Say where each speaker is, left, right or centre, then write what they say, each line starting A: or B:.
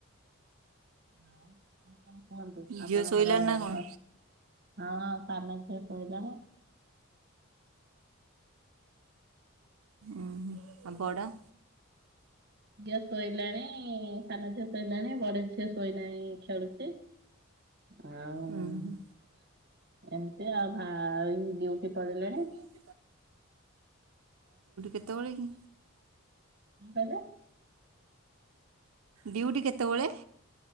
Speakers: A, on the right (about 50°); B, on the right (about 80°).
A: ହଁ ଆଉ କଣ କୁହନ୍ତୁ ଆପଣଙ୍କର
B: ଝିଅ ଶୋଇଲାଣି ନା କଣ
A: ବା ହଁ ସାନ ଝିଅ ଶୋଇଲାଣି।
B: ଉଁ ଆଉ ବଡ଼
A: ଝିଅ ଶୋଇଲାଣି। ନାଇଁ ସାନ ଝିଅ ଶୋଇଲାଣି ବଡ଼ ଝିଅ ଶୋଇନାହିଁ ଖେଳୁଛି। ଆଉ
B: ଉଁ ହୁଁ
A: ଏମିତି ଆଉ ଭାଇ ଡ୍ୟୁଟି ପଳେଇଲେଣି।
B: ତାଙ୍କ ଡିଉଟି କେତେବେଳେ କି?
A: କଣ କହିଲେ?
B: ଡ୍ୟୁଟି କେତେବେଳେ?